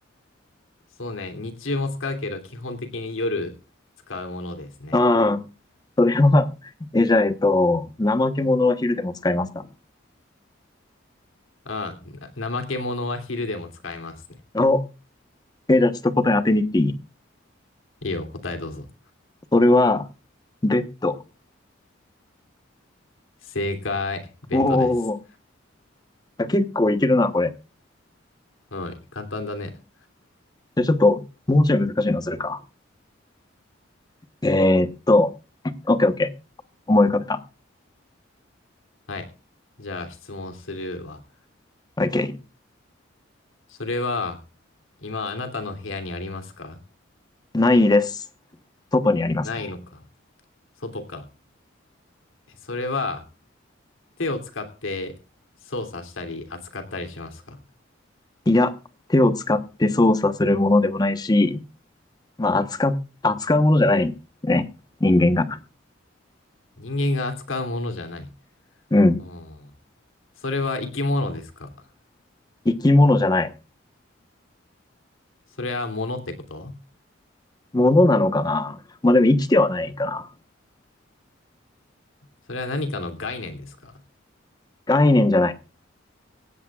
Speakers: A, on the left (about 80°); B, on the left (about 20°).
A: そうね。日中も使うけど、基本的に夜使うものですね。
B: ああー、それは、え、じゃあ、えっと、怠け者は昼でも使いますか
A: うん。な、怠け者は昼でも使いますね。
B: お、え、じゃあちょっと答え当てに行っていい
A: いいよ、答えどうぞ。
B: それは、ベッド。
A: 正解、ベッドです。
B: おお、あ結構いけるな、これ。
A: うん、簡単だね。
B: じゃあちょっと、もうちょい難しいのするか。えーっと、オッケーオッケー。思い浮かべた。
A: はい。じゃあ質問するわ。
B: オッケ
A: それは、今あなたの部屋にありますか
B: ー。ないです。外にありますね。
A: ないのか外かそれは、手を使って操作したり扱ったりしますか
B: いや、手を使って操作するものでもないし、まあ、扱扱うものじゃないね。人間が。
A: 人間が扱うものじゃない。
B: うん。
A: うん。それは生き物ですか
B: 生き物じゃない。
A: それは物ってこと
B: ものなのかな。まあでも生きてはないかな。
A: それは何かの概念ですか
B: 概念じゃない。